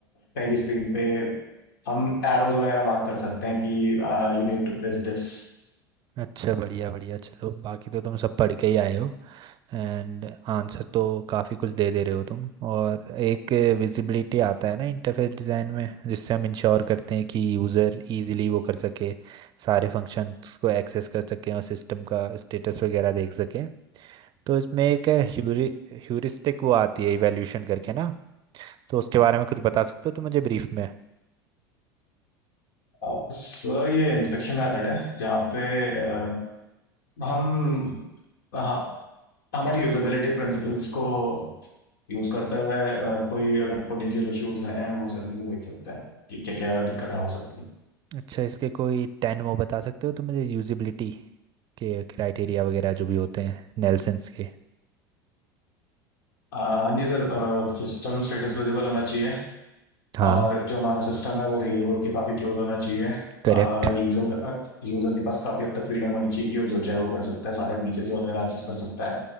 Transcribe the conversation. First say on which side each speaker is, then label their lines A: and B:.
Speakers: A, on the left; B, on the right.
A: पहली स्क्रीन पे हम एरोज वगैरह मार्क कर सकते हैं कि you need to press this
B: अच्छा बढ़िया बढ़िया चलो बाकी तो तुम सब पढ़ के ही आए हो एंड आंसर तो काफ़ी कुछ दे दे रहे हो तुम और एक विजिबिलिटी आता है ना इंटरफेस डिज़ाइन में जिससे हम इंश्योर करते हैं कि यूज़र इजीली वो कर सके सारे फंक्शंस को एक्सेस कर सके और सिस्टम का स्टेटस वगैरह देख सके तो इसमें एक ह्यूरि ह्यूरिस्टिक वो आती है इवैल्यूएशन करके ना तो उसके बारे में कुछ बता सकते हो तो मुझे ब्रीफ में
A: बस ये इंस्पेक्शन मेथड है जहाँ पे अ, हम हाँ हमारी यूजेबिलिटी प्रिंसिपल्स को यूज करते हुए अ, कोई अगर पोटेंशियल इश्यूज हैं वो सर व्यू देख सकता है कि क्या क्या दिक्कतें हो सकती हैं
B: अच्छा इसके कोई टेन वो बता सकते हो तो मुझे यूजिबिलिटी के क्राइटेरिया वगैरह जो भी होते हैं नेल्सन्स के
A: अ, हाँ जी सर सिस्टम स्टेटस विजिबल होना चाहिए
B: हाँ
A: और जो हमारा सिस्टम है वो रियल वर्ल्ड के काफ़ी क्लोज होना चाहिए
B: करेक्ट
A: यूजर यूजर के पास काफ़ी हद तक फ्रीडम होनी चाहिए कि वो जो चाहे वो कर सकता है सारे फीचर्स वगैरह एक्सेस कर सकता है